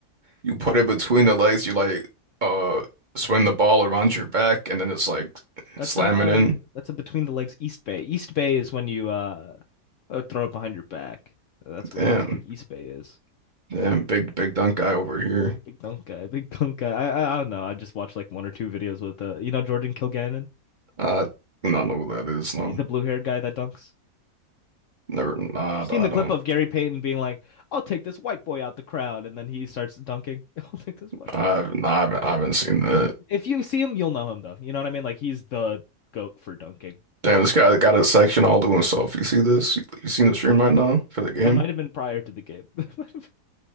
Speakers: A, on the right; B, on the left.
A: you put it between the legs, you like uh swing the ball around your back and then it's like
B: That's
A: slam
B: a
A: it in.
B: that's a between the legs East Bay. East Bay is when you uh uh, throw it behind your back. That's what
A: Damn,
B: that's when East Bay is.
A: damn, big big dunk guy over here.
B: Big dunk guy, big dunk guy. I I, I don't know. I just watched like one or two videos with uh you know Jordan Kilgannon.
A: I do not know who that is. No,
B: He's the blue-haired guy that dunks.
A: never. Nah,
B: You've seen
A: I
B: the
A: don't.
B: clip of Gary Payton being like, "I'll take this white boy out the crowd," and then he starts dunking. <laughs> I'll take this white
A: I've
B: boy out.
A: nah, I haven't I haven't seen that.
B: If you see him, you'll know him though. You know what I mean? Like he's the goat for dunking. He's
A: Damn, this guy got a section all to himself. You see this? You, you seen the stream right now for the game?
B: that might have been prior to the game. <laughs> That might have,